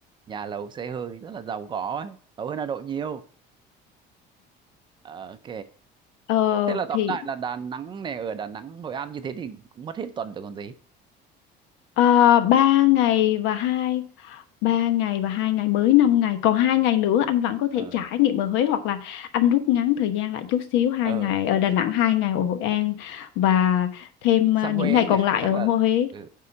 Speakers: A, on the right; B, on the left.
A: nhà lầu xe hơi rất là giàu có ấy giàu hơn Hà Nội nhiều Ờ, ok
B: Ờ
A: thế là
B: thì
A: tóm lại là Đà Nẵng này ở Đà Nẵng Hội An như thế thì cũng mất hết tuần rồi còn gì
B: Ờ, ba ngày và hai ba ngày và hai ngày mới 5 ngày còn hai ngày nữa anh vẫn có
A: ờ
B: thể trải nghiệm ở Huế hoặc là anh rút ngắn thời gian lại chút xíu hai
A: ờ
B: ngày ở Đà Nẵng hai ngày ở Hội An và thêm
A: sang
B: à, những
A: Huế
B: ngày còn
A: nhỉ
B: lại
A: chắc
B: ở
A: là
B: Huế
A: ừ,